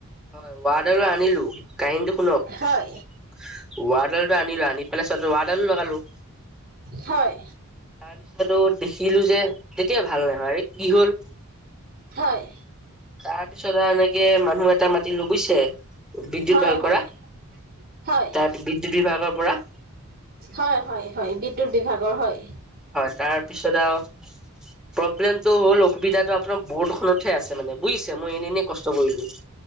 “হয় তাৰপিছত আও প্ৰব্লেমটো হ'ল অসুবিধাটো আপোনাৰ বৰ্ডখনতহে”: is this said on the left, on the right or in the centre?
Centre